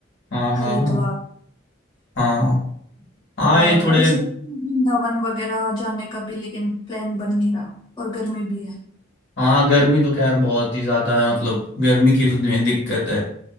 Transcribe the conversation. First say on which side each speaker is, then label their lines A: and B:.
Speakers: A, on the left; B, on the left.
A: हाँ हाँ
B: हरिद्वार
A: हाँ हाँ हाँ
B: और
A: ये थोड़े
B: अभी सोच रही हूँ वृंदावन वगैरह जाने का भी लेकिन प्लान बन नहीं रहा और गर्मी भी है
A: हाँ गर्मी तो खैर बहुत ही ज्यादा है मतलब गर्मी की तो दिन- दिक्कत है